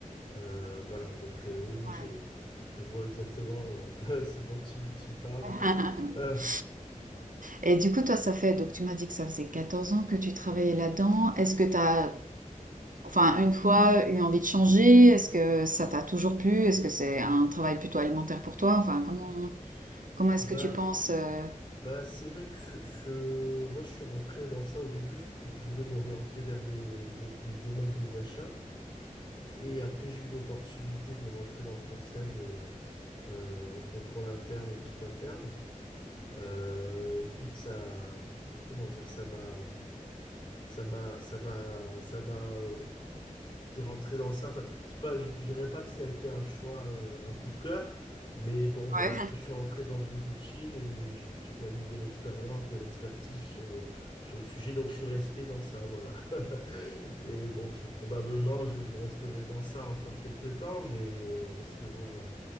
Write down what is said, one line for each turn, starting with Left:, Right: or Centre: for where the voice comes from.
Left: Euh, voilà, donc euh, oui, oui,
Right: Ouais.
Left: je, je vois exactement euh, <laughs> ce dont tu, tu parles.
Right: <laughs>
Left: Euh,
Right: Et du coup, toi, ça fait, donc tu m'as dit que ça faisait 14 ans que tu travaillais là-dedans. Est-ce que tu as, enfin, une fois eu envie de changer? Est-ce que ça t'a toujours plu? Est-ce que c'est un travail plutôt alimentaire pour toi? Enfin, comment, comment est-ce
Left: ben,
Right: que tu penses, euh,
Left: ben, c'est vrai que je, je- moi, je suis rentré dans ça au début. Je, pou- je voulais m'orienter vers les, le- les domaines des achats. Et après, j'ai eu l'opportunité de rentrer dans le conseil euh, euh, en contrôle interne, audit interne. Euh, écoute, ça, comment dire, ça m'a, ça m'a, ça m'a, ça m'a, euh, je suis rentré dans ça. Enfin, c'est pas, je je dirais pas que ça a été un choix, euh, un coup de cœur, mais bon, voilà.
Right: Ouais.
Left: Après, je suis rentré dans une routine et j'ai j'ai gagné de l'expérience, de l'expertise sur le, sur le sujet. Donc, je suis resté dans ça, voilà. <laughs> Et bon, c'est- probablement, je, je resterai dans ça encore quelques temps, mais euh, parce que bon. euh,